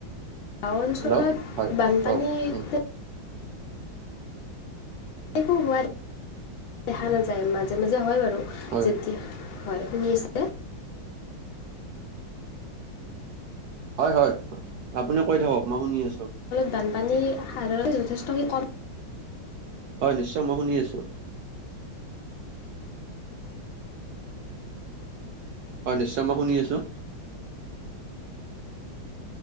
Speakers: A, on the left; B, on the right.
A: গাঁও অঞ্চলত
B: হেল্ল' হয়
A: বানপানীতে-
B: কওক উম
A: একো হোৱা দেখা নাযায় মাজে মাজে হয় বাৰু
B: হয়
A: যেতিয়া হয়ঁ শুনি আছো।
B: হয়ঁ হয়ঁ আপুনি কৈ থাকক মই শুনি আছোঁ।
A: বানপানীৰ সাৰ যথেষ্টখিনি কম
B: হয়ঁ নিশ্চয় মই শুনি আছোঁ। হয় নিশ্চয় মই শুনি আছোঁ।